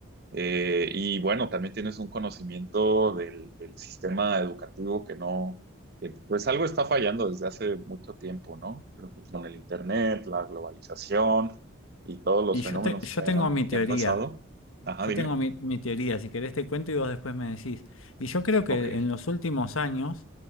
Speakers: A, on the right (about 50°); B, on the left (about 85°).
A: eh, y bueno, también tienes un conocimiento del, del sistema educativo que no, que, pues algo está fallando desde hace mucho tiempo, ¿no? Creo que con el internet, la globalización y todos los
B: Y yo,
A: fenómenos
B: te- yo
A: que
B: tengo
A: han,
B: mi teoría.
A: que han pasado. Ajá,
B: Yo
A: dime.
B: tengo mi, mi teoría, si querés te cuento y vos después me decís. Y yo creo que
A: Ok.
B: en los últimos años